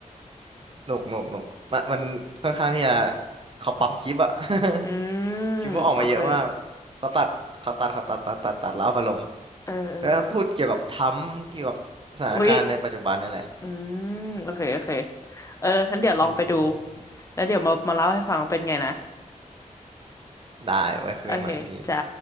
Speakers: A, on the right; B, on the left.
A: หนุกหนุกหนุกมันมันค่อนข้างที่จะเขาปั๊มคลิปอะ <laughs>
B: อืมโอเค
A: คลิปเขาออกมาเยอะมากเขาตัดเขาตัดเขาตัดตัดตัดตัดแล้วเอามาลง
B: เออเออ
A: แล้วพูดเกี่ยวกับทรัมป์เกี่ยวกับสถานการณ์ในปัจจุบันนี่แหละ
B: อุ้ยอืมโอเคโอเคเออฉันเดี๋ยวลองไปดู
A: อืม
B: แล้วเดี๋ยวมามาเล่าให้ฟังเป็นไงนะ
A: ได้ไว้คุยกันใหม่พี่
B: โอเคจ้า